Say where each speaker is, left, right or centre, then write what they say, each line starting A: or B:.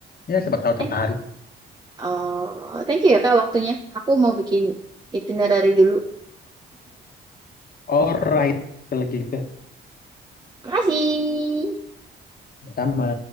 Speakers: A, on the left; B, on the right.
A: ya siapa tahu
B: Thank
A: tertarik
B: eh, thank you ya Kak waktunya. Aku mau bikin itinerary dulu.
A: alright kalau gitu
B: Makasih.
A: sama